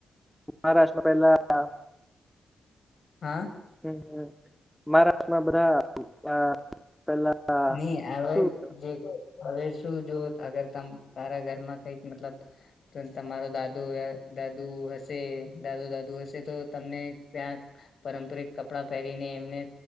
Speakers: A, in the centre; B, on the left.
A: મહારાષ્ટ્ર પેલા
B: હા.
A: હ મહારાષ્ટ્રમાં બધા પેલા
B: ની આયોગ
A: શું
B: જે હવે શું જુએ અગર તમ તારા ઘરમાં કઈક મતલબ તો તમારો દાદો દાદુ હશે દાદુ દાદુ હશે તો તમને ક્યાંક પારંપરિક કપડા પહેરીને એમને